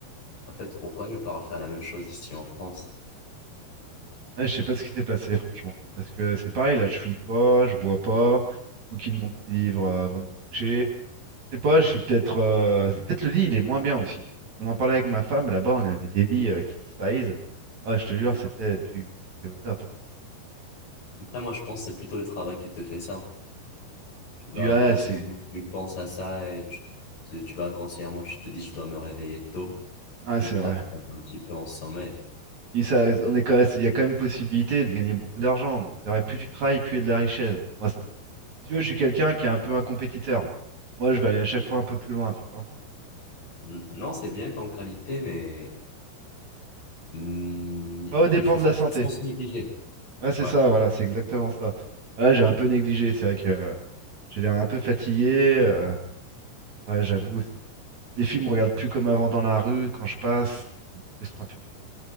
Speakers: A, on the left; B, on the right.
A: En fait, pourquoi ne pas refaire la même chose ici en France?
B: Ouais, je sais pas ce qui s'est passé, franchement. Parce que c'est pareil, là, je fume pas, je bois pas, je bouquine mon petit livre euh, avant de me coucher. Je sais pas, je suis peut-être. euh, Peut-être le lit, il est moins bien aussi. On en parlait avec ma femme, là-bas, on avait des lits euh, king size. Ah, je te jure, c'était tu t'es au top. hein.
A: Après, moi, je pense que c'est plutôt le travail qui te fait ça. Tu vas
B: Tu ah,
A: inconsciemment,
B: c'est
A: tu penses à ça et tu, te- tu vas inconsciemment, tu te dis, je dois me réveiller tôt,
B: ah,
A: quitte
B: c'est vrai.
A: à perdre un petit peu en sommeil.
B: Puis ça, on est quand même- il y a quand même possibilité de gagner beaucoup d'argent. Donc c'est vrai, plus tu travailles, plus il y a de la richesse. Donc, moi, ça, va. si tu veux, je suis quelqu'un qui est un peu un compétiteur. Moi, je vais aller à chaque fois un peu plus loin, tu vois.
A: Mm, Non, c'est bien qu'en qualité, mais mm, il
B: Pas
A: f-
B: au dépend
A: il faut faire
B: de la santé.
A: ça sans se négliger.
B: Ouais, c'est
A: Ouais.
B: ça, voilà, c'est exactement ça. Là, j'ai
A: Mm.
B: un peu négligé, c'est vrai que euh, j'ai l'air un peu fatigué. euh, ouais, j'avoue, c'est- les filles me regardent plus comme avant dans la rue quand je passe. Ça me frustre un peu.